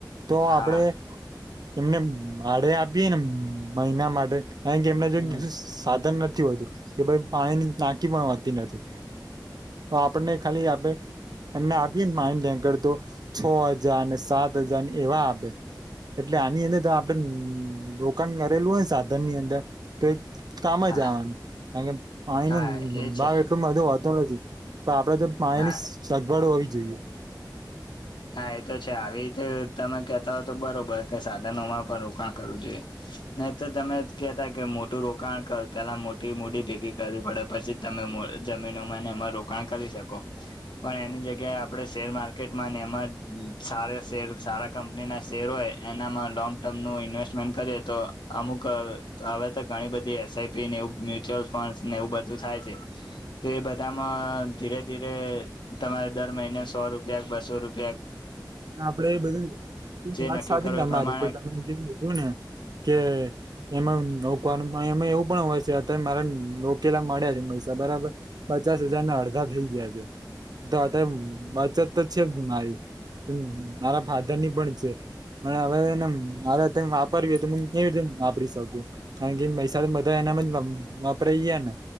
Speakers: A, on the right; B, on the left.
A: તો આપડે
B: હા
A: એમને ભાડે આપીએ ને મહિના માટે કારણ કે એમના જેમ
B: હમ
A: સાધન નથી. થી હોતુ. કે ભઈ પાણીની ટાંકી પણ હોતી નથી. તો આપડને ખાલી આપે એમને આપીએ ન માઇન્ડ ટેન્કર તો છ હજાર ને સાત હજાર એવા આપે. એટલે આની અંદર તો આપડે રોકાણ કરેલું હોય ન સાધનની અંદર તો એક કામ
B: હા
A: જ આવાનું. કારણ કે પાણીનો
B: હા એ છે
A: ભાવ એટલો બધો વધેલો છે. તો આપડે તો પાણીની
B: હા
A: સગવડ હોવી જોઈએ.
B: હા, એ તો છે આવી રીતે તમે કેતા હોય તો બરોબર કે સાધનોમાં પણ રોકાણ કરવું જોઈએ. નહી, તો તમે કહેતા કે મોટું રોકાણ કર પેલા મોટી મૂડી ભેગી કરવી પડે. પછી તમે જમીનોમાં ને એમાં રોકાણ કરી શકો. પણ એની જગ્યાએ આપણે શેર માર્કેટમાં એમાં સાર શેર સારા કંપનીના શેર હોય એનામાં લોંગ ટર્મનું ઇન્વેસ્ટમેન્ટ કરીએ તો અમુક હવે તો ઘણી બધી એસઆઈપીને એવુ, મ્યુચ્યુઅલ ફંડસને એવું બધું થાય છે. તો એ બધામાં ધીરે-ધીરે તમારે દર મહિને સો રૂપિયા કે બસો રૂપ
A: આપડે એ બધું
B: જે
A: વાત
B: નક્કી
A: સાચી
B: કરો
A: તમારી
B: એ પ્રમાણે
A: પણ તમે જે કીધું ને કે એમાં રોકવાનું પણ એમાં એવું પણ હોય છે અત્યારે મારા રોકેલા મળે છે પૈસા બરાબર. પચાસ હજારના અડધા થઈ ગયા છે. તો અત્યારે બચત તો છે મારી મારા ફાધરની પણ છે. અને હવે એને મારે અત્યાર વાપરવી તો મુ કેવી રીતે વાપરી શકું. કારણ કે મૈસા એનામાં જ વપરાય ગયાને